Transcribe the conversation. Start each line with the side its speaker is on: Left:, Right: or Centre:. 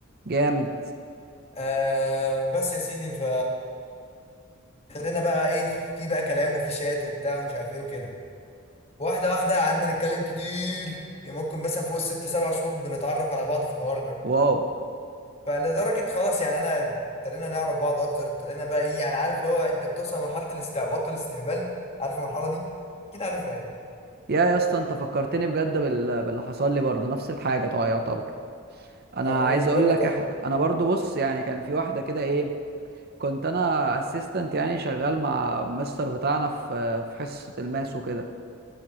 Right: جامد
Left: آه بس يا سيدي ف ابتدينا بقى ايه في بقى كلام وفي شات وبتاع ومش عارف ايه وكده واحدة واحدة قعدنا نتكلم كتير كان ممكن مثلا فوق الست سبع شهور بنتعرف على بعض في الحوار ده
Right: واو
Left: فلدرجة خلاص يعني انا ابتدينا نعرف بعض اكتر ابتدينا بقى ايه يعني عارف اللي هو انت بتوصل لمرحلة الاستعباط والاستهبال عارف المرحلة دي؟ اكيد عارفها يعني
Right: يا يا اسطى انت فكرتني بجد بال... باللي حصل لي برضه نفس الحاجه طبعا يعتبر انا
Left: قول
Right: عايز اقول
Left: قول لي
Right: لك
Left: طيب
Right: إح... انا برضه بص يعني كان في واحده كده ايه كنت انا اسيستنت يعني شغال مع مستر بتاعنا في في حصه الماس وكده